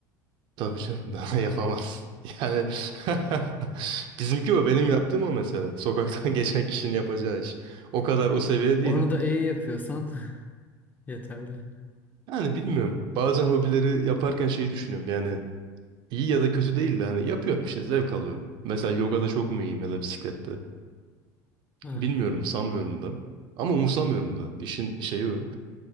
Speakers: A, on the right; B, on the left.
A: Tabii canım daha <laughs> yapamaz. Yani <laughs> bizimki o benim yaptığım o mesela. Sokaktan <laughs> geçen kişinin yapacağı iş. O kadar o seviyede değilim.
B: Onu da iyi yapıyorsan <laughs> yeterli.
A: Yani bilmiyorum. Bazen hobileri yaparken şeyi düşünüyorum. Yani iyi ya da kötü değil de hani yapıyorum işte zevk alıyorum. Mesela yogada çok mu iyiyim ya da bisiklette?
B: Ha.
A: Bilmiyorum sanmıyorum da. Ama umursamıyorum da. İşin şeyi o. <laughs>